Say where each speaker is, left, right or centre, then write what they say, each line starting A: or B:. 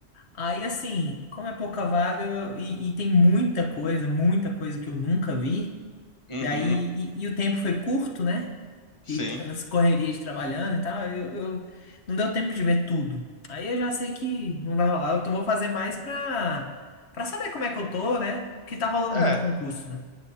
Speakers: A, on the left; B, on the left.
A: Aí, assim, como é pouca vaga eu- e, e tem muita coisa, muita coisa que eu nunca vi,
B: Uhum,
A: daí, e, e o tempo foi curto, né?
B: sim.
A: E t- nas correrias de trabalhando e tal, eu, eu- não deu tempo de ver tudo. Aí eu já sei que não vai rolar. Eu tô- vou fazer mais pra, pra saber como é que eu tô, né? Que tá rolando
B: É,
A: muito concurso, né?